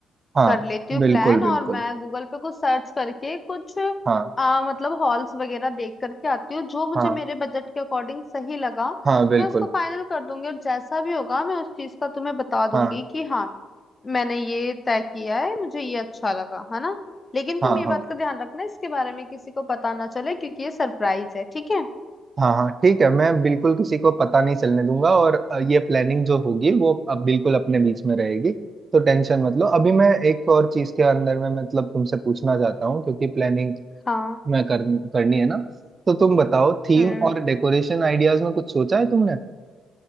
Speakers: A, on the right (about 35°); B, on the left (about 30°).
A: हाँ
B: कर लेती हूँ प्लान
A: बिल्कुल बिल्कुल
B: और मैं गूगल पे कुछ सर्च करके कुछ
A: हाँ
B: आ, मतलब हॉल्स वगैरह देख करके आती हूँ जो मुझे
A: हाँ
B: मेरे बजट के अकॉर्डिंग सही लगा
A: हाँ बिल्कुल
B: मैं उसको फाइनल कर दूंगी और जैसा भी होगा मैं उस चीज का तुम्हें बता दूंगी
A: हाँ
B: कि हाँ मैंने ये तय किया है मुझे ये अच्छा लगा है ना लेकिन तुम
A: हाँ
B: ये बात
A: हाँ
B: का ध्यान रखना इसके बारे में किसी को पता ना चले क्योंकि ये सरप्राइज है ठीक है
A: हाँ हाँ ठीक है मैं बिल्कुल किसी को पता नहीं चलने दूंगा और अ, ये प्लानिंग जो होगी वो अब बिल्कुल अपने बीच में रहेगी तो टेंशन मत लो अभी मैं एक और चीज के अंदर में मतलब तुमसे पूछना चाहता हूँ क्योंकि प्लानिंग
B: हाँ
A: मैं कर, करनी है ना तो तुम बताओ थीम
B: हम्म
A: और डेकोरेशन आइडियाज में कुछ सोचा है तुमने